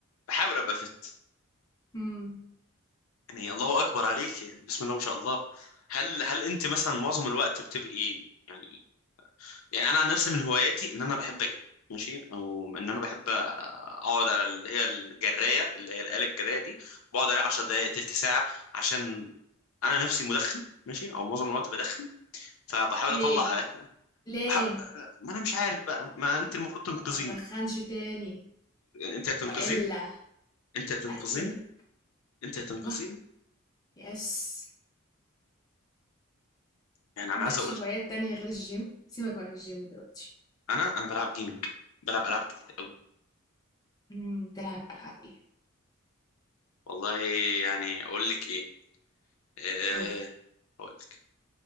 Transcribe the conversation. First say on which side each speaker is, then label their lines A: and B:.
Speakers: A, on the left; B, on the left.
A: بحاول ابقى فت
B: ايه
A: يعني الله اكبر عليك يعني بسم الله ما شاء الله هل هل انت مثلا معظم الوقت بتبقي يعني يعني انا عن نفسي من هواياتي ان انا بحب اجري ماشي او ان انا بحب اقعد على اللي هي الجرايه اللي هي الاله الجرايه دي بقعد عليها 10 دقائق تلت ساعه عشان انا نفسي مدخن ماشي او معظم الوقت بدخن فبحاول
B: ليه
A: اطلع
B: ليه
A: بح... ما انا مش عارف بقى ما انت المفروض تنقذيني
B: ما تدخنش تاني
A: انت هتنقذيني
B: والا
A: انت هتنقذيني
B: هقتلك
A: انت
B: ايوه
A: هتنقذيني
B: يس
A: يعني انا
B: ما عندكش
A: عايز اقول
B: هوايات تانية غير الجيم سيبك بقى من الجيم دلوقتي
A: انا انا بلعب جيمنج بلعب العاب كتير
B: مم، تلعب العاب ايه
A: والله يعني اقول لك ايه أه
B: قولي
A: اقول لك